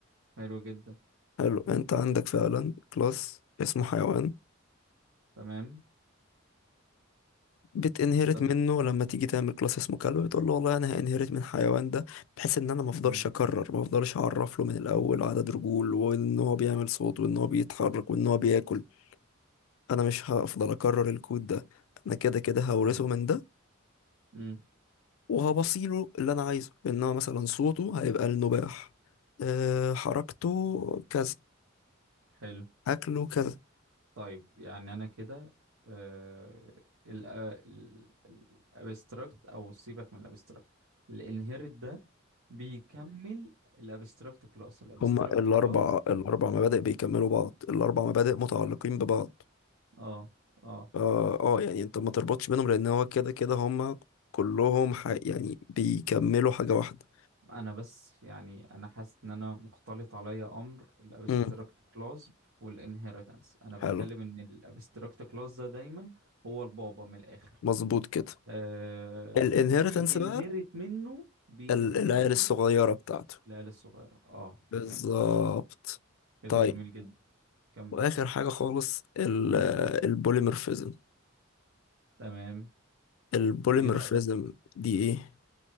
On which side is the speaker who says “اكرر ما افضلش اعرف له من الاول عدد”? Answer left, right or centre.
Left